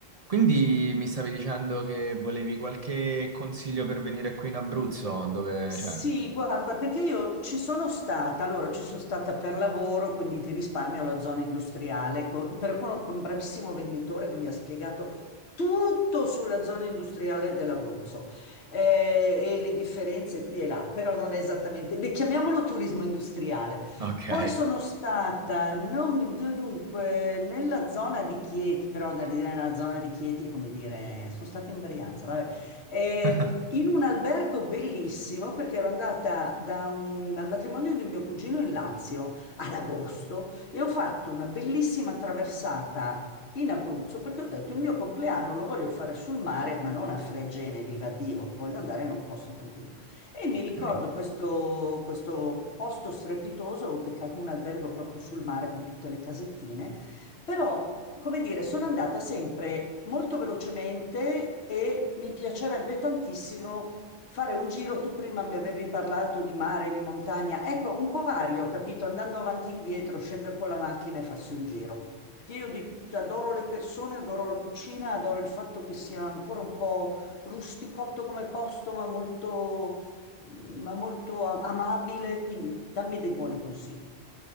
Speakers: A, on the right (about 45°); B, on the left (about 80°).
A: Quindi mi stavi dicendo che volevi qualche consiglio per venire qui in Abruzzo, dove
B: Sì,
A: cioè,
B: guarda, perché io ci sono stata, allora ci sono stata per lavoro, quindi ti risparmio la zona industriale, co- però con, con un bravissimo venditore che mi ha spiegato tutto sulla zona industriale dell'Abruzzo eh, e le differenze qui e là, però non è esattamente, beh, chiamiamolo turismo industriale.
A: Ok.
B: Poi sono stata, non mi- d- dunque, nella zona di Chieti, però nella nella zona di Chieti è come dire, sono stata in Brianza, vabbè. Ehm,
A: <laughs>
B: in un albergo bellissimo perché ero andata da un- al matrimonio di mio cugino in Lazio ad agosto e ho fatto una bellissima traversata in Abruzzo perché ho detto il mio compleanno lo voglio fare sul mare, ma non a Fregene, viva Dio, voglio andare in un posto tranquillo. E mi
A: Ok.
B: ricordo questo, questo posto strepitoso, ho beccato un albergo proprio sul mare con tutte le casettine però, come dire, sono andata sempre molto velocemente e mi piacerebbe tantissimo fare un giro. Tu prima mi avevi parlato di mare, di montagna. Ecco, un po' vario, capito? Andando avanti e indietro, scendere con la macchina e farsi un giro. Perché io di- adoro le persone, adoro la cucina, adoro il fatto che sia ancora un po' rusticotto come posto, ma molto, ma molto a- amabile. Quindi dammi dei buoni consigli.